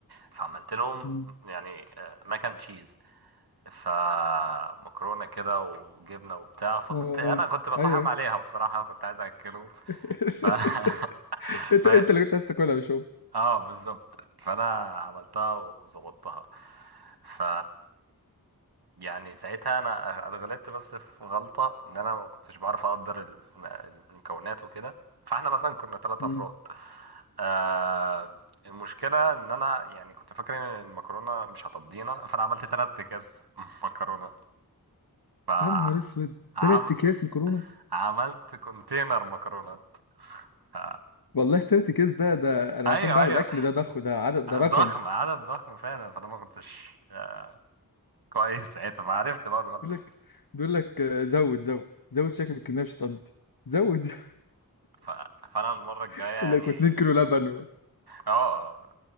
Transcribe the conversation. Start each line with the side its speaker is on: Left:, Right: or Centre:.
Right: فعملت لهم
Left: م-
Right: يعني ماكن تشيز فمكرونه كده وجبنه وبتاع فكنت
Left: اه
Right: انا
Left: اه
Right: كنت بطحم
Left: ايوه
Right: عليها بصراحه كنت عايز اكلهم
Left: <laughs>
Right: ف... <laughs>
Left: انت
Right: ف
Left: انت اللي كنت عايز تاكلها مش
Right: اه بالظبط فانا عملتها وظبطتها ف يعني ساعتها انا اتغلطت بس في غلطه ان انا ما كنتش بعرف اقدر الم- المكونات وكده فاحنا مثلا كنا ثلاثة
Left: هم
Right: افراد آه المشكله ان انا يعني كنت فاكر ان المكرونه مش هتضينا فانا عملت ثلاث اكياس <laughs> مكرونه ف
Left: يا نهار اسود
Right: عم...
Left: تلات اكياس مكرونه
Right: عملت كونتينر مكرونه ف...
Left: والله تلات اكياس ده ده انا
Right: ايوه
Left: عشان بعمل
Right: ايوه
Left: اكل ده ضخ ده عدد ده رقم
Right: ضخم عدد ضخم فعلا فانا ما كنتش آه، كويس ساعتها فعرفت بقى الغلطه
Left: بيقول لك بيقول لك آه، زود زود زود شكل الكميه مش هتقضي زود زود.
Right: ف... فانا المره الجايه
Left: <laughs>
Right: يعني
Left: يقول لك و2 كيلو لبن و...
Right: اه